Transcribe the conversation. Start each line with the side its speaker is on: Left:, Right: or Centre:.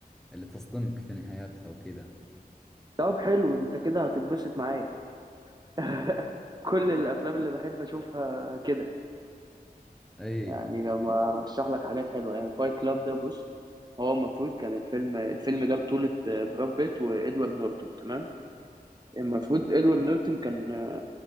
Centre: اللي تصدمك في نهايتها وكذا
Right: طب حلو انت كده هتتبسط معايا <laughs> كل الافلام اللي بحب اشوفها كده
Centre: اي
Right: يعني لما ارشح لك حاجات حلوه يعني الفايت كلاب ده بص هو المفروض كان الفيلم الفيلم ده بطولة آه، براد بيت وإدوارد نورتون تمام المفروض إدوارد نورتون كان